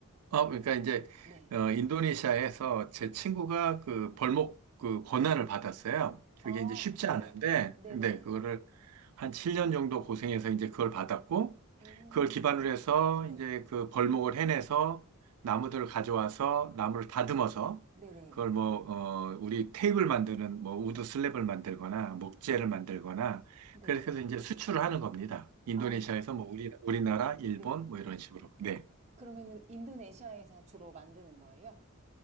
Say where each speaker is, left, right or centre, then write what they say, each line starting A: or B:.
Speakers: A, on the right (about 80°); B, on the right (about 30°).
A: 아, 그러니까 이제
B: 네.
A: 어, 인도네시아에서 제 친구가 그 벌목 그 권한을 받았어요.
B: 아,
A: 그게 이제 쉽지
B: 네.
A: 않은데,
B: 네네.
A: 근데 그거를 한 7년 정도 고생해서 이제 그걸 받았고,
B: 오.
A: 그걸 기반으로 해서
B: 네.
A: 이제 그 벌목을 해내서 나무들을 가져와서 나무를 다듬어서
B: 네네.
A: 그걸 뭐, 어, 우리 테이블 만드는 뭐 우드 슬랩을 만들거나 목재를 만들거나
B: 네.
A: 그렇게 해서 이제 수출을 하는 겁니다. 인도네시아에서
B: 아,
A: 뭐 우리, 우리나라, 일본
B: 네.
A: 뭐 이런 식으로. 네.
B: 그러면은 인도네시아에서 주로 만드는 거예요?